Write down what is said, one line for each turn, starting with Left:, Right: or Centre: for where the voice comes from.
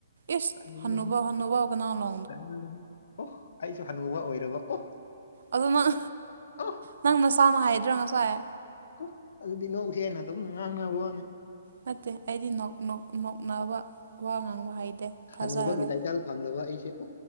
Right: ꯢꯁ
Left: ꯇꯜꯂꯦꯍꯦ
Right: ꯍꯟꯅꯨꯕꯧ ꯍꯟꯅꯨꯕꯧ ꯀꯅꯥꯂꯣ
Left: <unintelligible> ꯑꯣ ꯑꯩꯁꯨ ꯍꯅꯨꯕ ꯑꯣꯢꯔꯕ ꯑꯣ
Right: ꯑꯗꯨ ꯅꯪ
Left: ꯑꯣ
Right: ꯅꯪ ꯅꯁꯥꯅ ꯍꯥꯢꯗ꯭ꯔꯥ ꯉꯁꯥꯢ
Left: ꯑꯣ ꯑꯗꯨꯗꯤ ꯅꯣꯛꯁꯦꯟꯅ ꯑꯗꯨꯝ ꯉꯥꯡꯅꯕ ꯋꯥꯅꯤ
Right: ꯅꯠꯇꯦ ꯑꯩꯗꯤ ꯅꯣꯛ ꯅꯣꯛ ꯅꯣꯛꯅꯕ ꯋꯥ ꯉꯥꯡꯕ ꯍꯩꯇꯦ ꯊꯥꯖꯔꯔꯣꯏ
Left: ꯍꯥꯅꯨꯕꯒꯤ ꯇꯥꯏꯇꯜ ꯐꯪꯂꯕ ꯑꯩꯁꯦ ꯑꯣ